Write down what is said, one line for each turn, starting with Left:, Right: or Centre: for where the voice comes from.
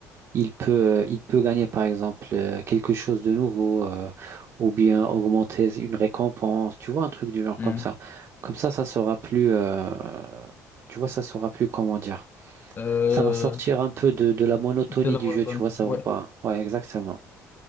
Right: il peut, euh, il peut gagner, par exemple, euh, quelque chose de nouveau, euh, ou bien augmenter une récompense, tu vois, un truc du genre
Left: Hmm.
Right: comme ça. Comme ça, ça sera plus, euh, tu vois, ça sera plus, comment dire.
Left: Euh,
Right: Ça va sortir un peu de, de la monotonie
Left: de la
Right: du
Left: monotone.
Right: jeu, tu vois, ça
Left: ouais
Right: va pas. Ouais, exactement.